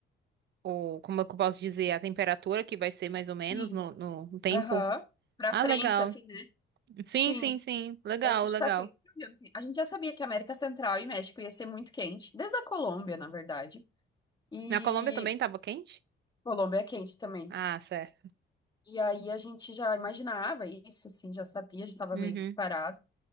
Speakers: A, on the right (about 60°); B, on the left (about 20°).
A: ou como é que eu posso dizer, a temperatura que vai ser mais ou menos
B: Sim.
A: no, no no tempo.
B: Aham. Pra
A: Ah,
B: frente,
A: legal.
B: assim, né?
A: Sim,
B: Sim.
A: sim, sim. Legal,
B: A gente
A: legal.
B: tá sempre olhando, assim. A gente já sabia que a América Central e México ia ser muito quente, desde a Colômbia, na verdade. E
A: Na Colômbia também tava quente?
B: Colômbia é quente também.
A: Ah, certo.
B: E aí a gente já imaginava isso, assim, já sabia, já estava
A: Uhum.
B: meio preparado.